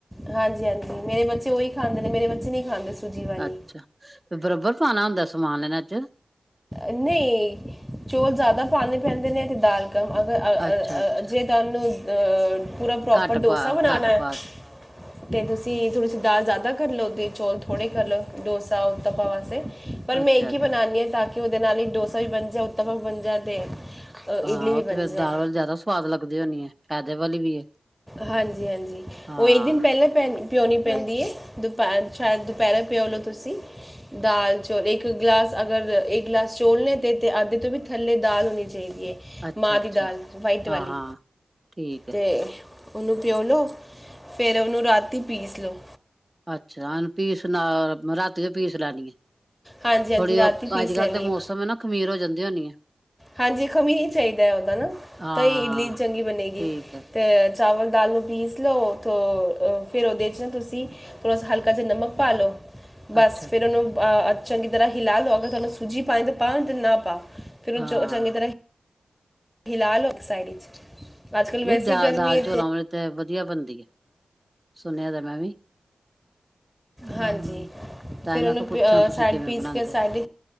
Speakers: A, in the centre; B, on the right.
A: ਹਾਂਜੀ ਹਾਂਜੀ ਮੇਰੇ ਬੱਚੇ ਉਹੀ ਖਾਂਦੇ ਨੇ, ਮੇਰੇ ਬੱਚੇ ਨਹੀਂ ਖਾਂਦੇ। ਸੂਜੀ ਵਾਲੀ
B: ਅੱਛਾ, ਤੇ ਬਰਾਬਰ ਪਾਉਣਾ ਹੁੰਦਾ ਸਮਾਨ ਇਹਨਾਂ 'ਚ।
A: ਨਹੀਂ ਚੌਲ ਜ਼ਿਆਦਾ ਪਾਉਣੇ ਪੈਂਦੇ ਨੇ ਤੇ ਦਾਲ ਕਮ, ਅਗਰ
B: ਅੱਛਾ-ਅੱਛਾ
A: ਜੇ। ਤੁਹਾਨੂੰ ਪੂਰਾ ਪ੍ਰੋਪਰ
B: ਘੱਟ
A: ਡੋਸਾ
B: ਪਾ
A: ਬਣਾਉਣਾ
B: ਘੱਟ
A: ਹੈ।
B: ਪਾ
A: ਤੇ ਤੁਸੀਂ ਥੋੜ੍ਹੀ ਸੀ ਦਾਲ ਜ਼ਿਆਦਾ ਕਰ ਲਓ ਤੇ ਚੌਲ ਥੋੜੇ ਕਰ ਲਓ, ਡੋਸਾ, ਉਤਪਾ ਵਾਸਤੇ। ਪਰ ਮੈਂ
B: ਅੱਛਾ
A: ਇੱਕ ਹੀ ਬਣਾਉਣੀ ਹਾਂ, ਤਾਂ ਕਿ ਉਹਦੇ ਨਾਲ ਹੀ ਡੋਸਾ ਵੀ ਬਣ ਜਾਏ, ਉੱਤਪਮ ਵੀ ਬਣ ਜਾ ਤੇ ਇਡਲੀ
B: ਹਾਂ
A: ਵੀ
B: ਉਹ ਤੇ
A: ਬਣ
B: ਫਿਰ
A: ਜਾਏ
B: ਦਾਲ ਵਾਲੀ ਜ਼ਿਆਦਾ ਸਵਾਦ ਲੱਗਦੇ ਹੋਣੇ ਆ, ਫਾਇਦੇ ਵਾਲੀ ਵੀ ਹੈ।
A: ਹਾਂਜੀ, ਹਾਂਜੀ
B: ਹਾਂ
A: ਉਹ ਇੱਕ ਦਿਨ ਪਹਿਲਾਂ ਪੈ। ਪਿਉਣੀ ਪੈਂਦੀ ਏ ਦੁਪਹਿਰ ਚਾਹੇ ਦੁਪਹਿਰੇ ਪਿਓ ਲਓ ਤੁਸੀਂ। ਦਾਲ, ਚੋਲ ਇੱਕ ਗਲਾਸ ਅਗਰ, ਇੱਕ ਗਲਾਸ ਚੋਲ ਨੇ ਤੇ ਅੱਧ ਤੋਂ ਵੀ ਥੱਲੇ ਦਾਲ ਹੋਣੀ ਚਾਹੀਦੀ ਏ।
B: ਅੱਛਾ
A: ਮਾਹ
B: ਅੱਛਾ
A: ਦੀ ਦਾਲ ਵਾਈਟ
B: ਹਾਂ
A: ਵਾਲੀ
B: ਹਾਂ ਠੀਕ ਹੈ
A: ਤੇ ਉਹਨੂੰ ਪਿਓ ਲ‌ਓ ਫੇਰ ਉਹਨੂੰ ਰਾਤੀ ਪੀਸ ਲਓ।
B: ਅੱਛਾ ਹੁਣ ਪੀਸ ਨਾਲ ਰਾਤੀ ਪੀਸ ਲੈਣੀ ਏ।
A: ਹਾਂਜੀ ਹਾਂਜੀ
B: ਥੋੜੀ
A: ਰਾਤੀ
B: ਓਹ
A: ਪੀਸ
B: ਅੱਜ-ਕੱਲ
A: ਲੈਣੀ
B: ਤੇ ਮੌਸਮ
A: ਹੈ
B: ਨਾ ਖ਼ਮੀਰ ਹੋ ਜਾਂਦੀ ਹੋਣੀ ਐ।
A: ਹਾਂਜੀ ਖਮੀ ਹੀ ਚਾਹੀਦੈ ਉਹ ਤਾਂ ਨਾ
B: ਹਾਂ
A: ਤਾਈ ਇਡਲੀ ਚੰਗੀ ਬਣੇਗੀ।
B: ਠੀਕ ਹੈ
A: ਤੇ ਚਾਵਲ, ਦਾਲ ਨੂੰ ਪੀਸ ਲਓ ਤੋਂ ਫਿਰ ਉਹਦੇ ਚ ਨਾ ਤੁਸੀਂ ਫੇਰ ਉਸ ਚ ਹਲਕਾ ਜਾ ਨਮਕ ਪਾ ਲੋ। ਬਸ
B: ਅੱਛਾ
A: ਫੇਰ ਉਹਨੂੰ ਅਹ ਚੰਗੀ ਤਰ੍ਹਾਂ ਹਿਲਾ ਲਓ, ਅਗਰ ਤੁਹਾਨੂੰ ਸੂਜੀ ਪਾਨੀ ਤੇ ਪਾਣ, ਨਹੀਂ ਤੇ ਨਾ ਪਾਉ। ਫਿਰ ਓਹਨੂੰ
B: ਹਾਂ
A: ਚੋ ਚੰਗੀ ਤਰ੍ਹਾਂ ਹਿਲਾ ਲ‌ਓ ਇਕ ਸਾਈਡ ਚ। ਅੱਜ ਕੱਲ੍ਹ ਵੈਸੇ
B: ਨ‌ਈ ਦਾ
A: ਹੀ ਗਰਮੀ
B: ਦਾਲ
A: ਹੈ
B: ਚੋਲਾ ਵਾਲੀ ਤੇ ਵਧੀਆ ਬਣਦੀ ਏ, ਸੁਣਿਆ ਹੋਇਆ ਮੈਂ ਵੀ।
A: ਹਾਂਜੀ,
B: ਹਾਂ ਤਾਂ
A: ਫੇਰ
B: ਮੈਂ
A: ਉਹਨੂੰ
B: ਕਿਹਾ ਪੁੱਛਾਂ
A: ਪ
B: ਤੁਸੀਂ
A: ਸਾਈਡ
B: ਕਿਵੇਂ
A: ਪੀਸ
B: ਬਣਾਉਂਦੇ
A: ਕੇ ਸਾਡ
B: ਹੋ